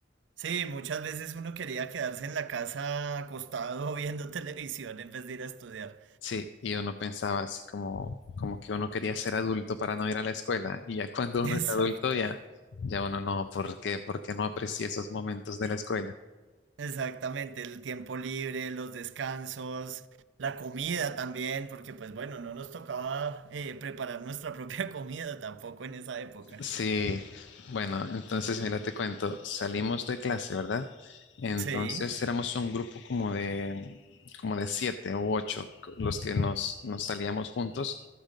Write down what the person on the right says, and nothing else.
Sí, muchas veces uno quería quedarse en la casa acostado <laughs> viendo televisión en vez de ir a estudiar.
<laughs> Exacto,
exactamente, el tiempo libre, los descansos, la comida también, porque pues bueno, no nos tocaba eh, preparar nuestra propia <laughs> comida tampoco en esa época.
Sí,